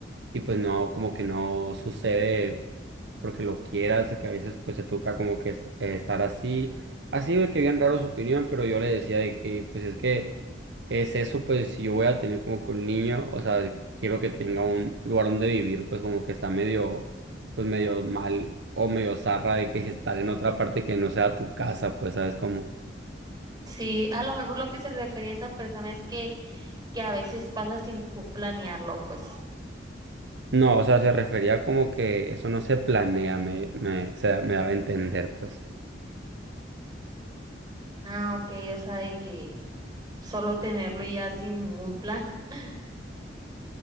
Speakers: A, on the right; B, on the right.
A: y pues no, como que no sucede porque lo quieras, de que a veces pues se toca como que es- eh, estar así, así de que bien raro su opinión, pero yo le decía de que pues es que es eso, pues si yo voy a tener como que un niño, o sea, quiero que tenga un lugar donde vivir, pues como que está medio, pues medio mal o medio zarra de que <laughs> estar en otra parte que no sea tu casa, pues sabes cómo.
B: Sí, a lo mejor lo que se refiere a esa persona es que, que a veces pasa sin tú planearlo, pues.
A: No, o sea, se refería como que eso no se planea, me, me, se, me daba a entender, pues.
B: Ah, ok, o sea, de que solo tenerlo y ya sin ningún plan. <laughs>